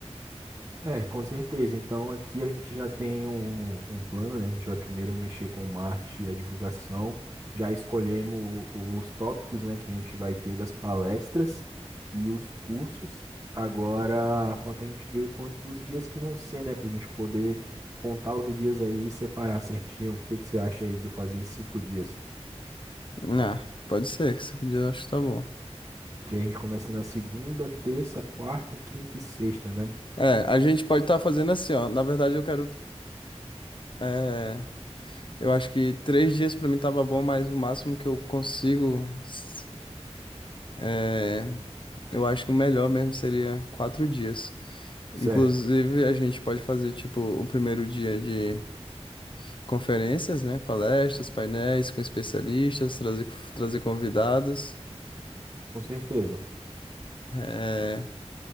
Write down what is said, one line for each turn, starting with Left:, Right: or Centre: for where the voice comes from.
Right: É, com certeza. Então aqui a gente já tem um, um plano, né? A gente vai primeiro mexer com o marketing e a divulgação. Já escolhemos o- os tópicos, né, que a gente vai ter das palestras e os cursos. Agora falta a gente ver quantos dias que vão ser, né, para a gente poder contar os dias aí e separar certinho. O que que você acha aí do fazer em cinco dias?
Left: Ah, pode ser, que cinco dias eu acho que tá bom.
Right: Que a gente começa na segunda, terça, quarta, quinta e sexta, né?
Left: É, a gente pode estar fazendo assim, ó. Na verdade, eu quero. é, eu acho que três dias pra mim tava bom, mas o máximo que eu consigo. s- é, eu acho que o melhor mesmo seria quatro dias. Inclusive,
Right: Certo,
Left: a gente pode fazer, tipo, o primeiro dia de. conferências, né? Palestras, painéis com especialistas, trazer, trazer convidados.
Right: com certeza.
Left: É,